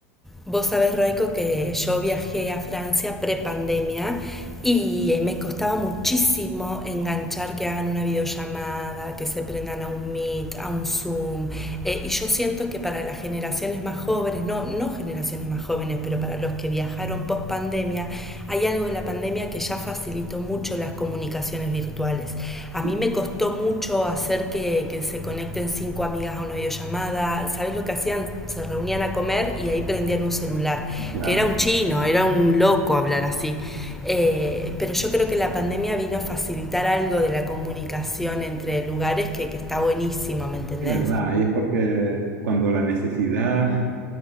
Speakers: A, in the centre; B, on the right.
A: Vos sabés, Raico, que yo viajé a Francia prepandemia y me costaba muchísimo enganchar que hagan una videollamada, que se prendan a un Meet, a un Zoom. Eh, y yo siento que para las generaciones más jóvenes, no, no generaciones más jóvenes, pero para los que viajaron post pandemia, hay algo de la pandemia que ya facilitó mucho mucho las comunicaciones virtuales. A
B: Sí,
A: mí me costó mucho hacer que, que se conecten cinco amigas a una videollamada. ¿Sabes lo que hacían? Se reunían a comer y ahí prendían un celular,
B: claro,
A: que era un chino, era un loco hablar así. Eh, pero yo creo que la pandemia vino a facilitar algo de la comunicación entre lugares que, que está buenísimo, ¿me entendés?
B: es verdad, y es porque cuando la necesidad